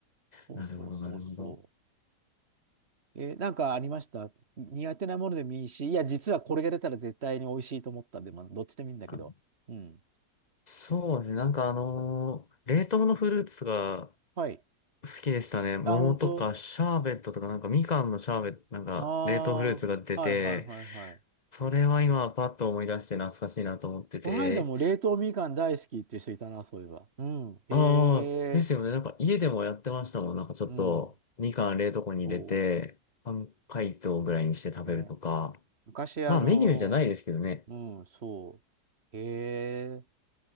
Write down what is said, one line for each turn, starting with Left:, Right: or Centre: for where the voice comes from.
Right: そうそうそうそ
Left: なるほど、なるほど。
Right: う。えーなんかありました苦手なものでもいいし、いや、実はこれが出たら絶対に美味しいと思ったんで、まあ、どっちでもいいんだけど。
Left: あ
Right: うん。
Left: そうですね。なんかあのー冷凍のフルーツが
Right: はい。
Left: 好きでしたね。桃とかシャーベットとかなんかみかんのシャーベット、
Right: あ、本当
Left: なんか冷凍フルーツが出て、
Right: ああー、はいはいはいはい。
Left: それは今パッと思い出して懐かしいなと思ってて。
Right: この間も冷凍みかん大好きっていう人いたな、そういえば。うん。へ
Left: ああ、ですよね。
Right: え。
Left: なんか家でもやってましたもん。なんかちょっとみかん冷凍庫に入れて、
Right: うん。そう
Left: 半解凍ぐらいにして食べるとか。
Right: ね、昔、
Left: まあメニューじゃないですけどね。
Right: あのー、うん、そう。へえ、